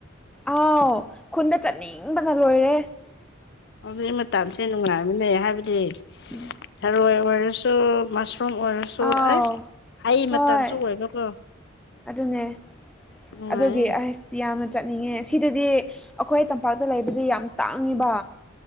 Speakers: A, in the centre; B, on the left.
A: ꯑꯥꯎ ꯈꯨꯟꯗ ꯆꯠꯅꯤꯡꯕꯅ ꯂꯣꯏꯔꯦ
B: ꯍꯧꯖꯤꯛ ꯃꯇꯝꯁꯦ ꯅꯨꯡꯉꯥꯏꯕꯅꯦ ꯍꯥꯏꯕꯗꯤ
A: ꯎꯝ
B: ꯊꯔꯣꯏ ꯑꯣꯏꯔꯁꯨ ꯃ ꯁꯨꯝ ꯑꯣꯏꯔꯁꯨ
A: ꯑꯥꯎ
B: ꯑꯦꯁ ꯍꯩ
A: ꯍꯣꯏ
B: ꯃꯇꯝꯁꯨ ꯑꯣꯏꯕꯀꯣ
A: ꯑꯗꯨꯅꯦ
B: ꯅꯨꯡꯉꯥꯏꯌꯦ
A: ꯑꯗꯨꯒꯤ ꯑꯁ ꯌꯥꯝꯅ ꯆꯠꯅꯤꯡꯉꯦ ꯁꯤꯗꯗꯤ ꯑꯩꯈꯣꯏ ꯇꯝꯄꯥꯛꯇ ꯂꯩꯗꯗꯤ ꯌꯥꯝ ꯇꯥꯡꯉꯕ